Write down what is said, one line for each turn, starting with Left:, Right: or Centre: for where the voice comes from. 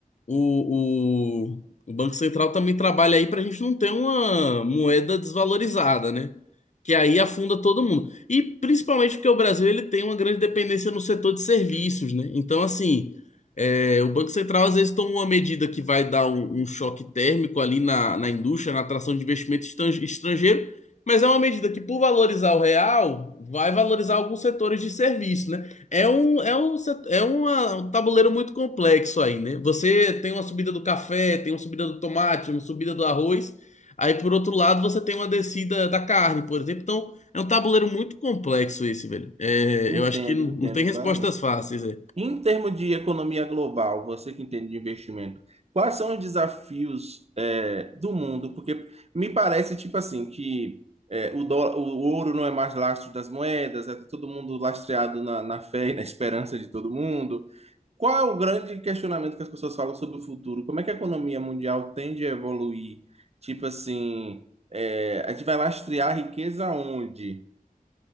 Left: o, o, o Banco Central também trabalha aí pra gente não ter uma moeda desvalorizada, né? Que aí afunda todo mundo. E principalmente porque o Brasil ele tem uma grande dependência no setor de serviços, né? Então, assim, é, o Banco Central às vezes toma uma medida que vai dar um, um choque térmico ali na, na indústria, na atração de investimento estan- estrangeiro. Mas é uma medida que, por valorizar o real, vai valorizar alguns setores de serviço, né? É um, é um, set- é uma- um tabuleiro muito complexo aí, né? Você tem uma subida do café, tem uma subida do tomate, uma subida do arroz. Aí, por outro lado, você tem uma descida da carne, por exemplo. Então, é um tabuleiro muito complexo esse, velho. É,
Right: Entendo,
Left: eu acho que não, não
Right: entendo
Left: tem respostas
Right: claramente.
Left: fáceis, é.
Right: Em termos de economia global, você que entende de investimento, quais são os desafios eh, do mundo? Porque me parece, tipo assim, que eh, o, dólar, o ouro não é mais lastro das moedas, é todo mundo lastreado na, na fé e na esperança de todo mundo. Qual é o grande questionamento que as pessoas falam sobre o futuro? Como é que a economia mundial tende a evoluir? Tipo assim, é, a gente vai lastrear a riqueza onde?